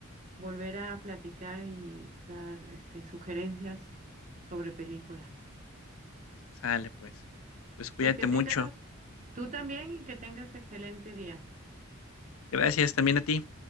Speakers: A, on the right; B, on the left.
A: volver a platicar y dar este, sugerencias sobre películas.
B: Sale pues. Pues cuídate
A: Pues que tengas
B: mucho.
A: tú también y que tengas excelente día.
B: Gracias también a ti.